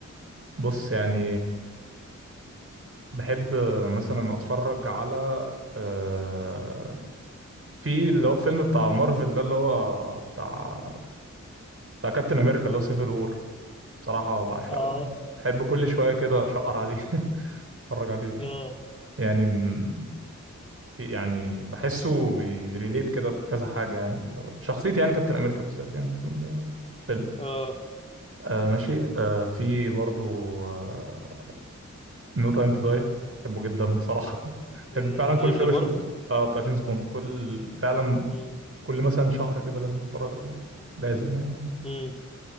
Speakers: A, on the right (about 50°); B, on the left (about 20°).
A: بص يعني بحب مثلا اتفرج على آه، في اللي هو فيلم بتاع مارفل ده اللي هو بتاع بتاع كابتن امريكا اللي هو سيفل وور بصراحة بعشقه
B: اه
A: يعني بحب كل شوية كده اشقر عليه <laughs> اتفرج عليه كده
B: اه
A: يعني م- في يعني بحسه بيريليت كده بكذا حاجة يعني لو شخصيتي يعني كابتن امريكا بالذات يعني في الفيلم
B: اه
A: آه ماشي آه في برضو آه نو تايم تو داي بحبه جدا بصراحة <laughs> بحب
B: مم،
A: فعلا
B: جيمس
A: كل شوية بشوفه
B: بوند
A: اه بتاع جيمس بوند كل فعلا
B: مم،
A: كل مثلا شهر كده لازم اتفرج عليه لازم يعني
B: مم،